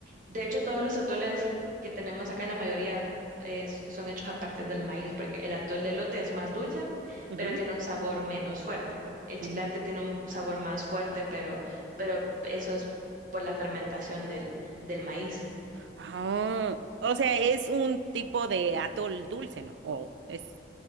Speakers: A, on the right; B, on the right.
A: de hecho todos los atoles que tenemos acá, la mayoría es- son hechos a partir del maíz, porque el atol de elote es más dulce,
B: ujú.
A: pero tiene un Ujú. sabor menos fuerte. El chilate
B: Ujú.
A: tiene un sabor más fuerte, pero, pero eso es por la fermentación del, del maíz.
B: Ah, o sea, es un tipo de atol dulce, ¿no? O es